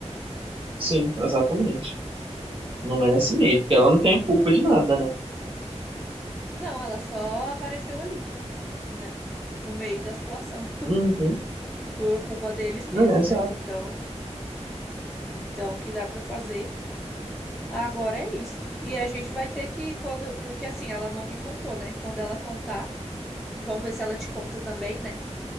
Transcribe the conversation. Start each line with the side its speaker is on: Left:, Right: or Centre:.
Right: Sim, exatamente. Não merece mesmo, porque ela não tem culpa de nada, né?
Centre: Não, ela só apareceu ali, né? No meio da situação.
Right: Uhum,
Centre: <laughs> Por culpa deles mesmo,
Right: não, exato.
Centre: né? Então, então o que dá pra fazer? Agora é isso. E a gente vai ter que quando, porque assim, ela não me contou, né? Quando ela contar, vamos ver se ela te conta também, né?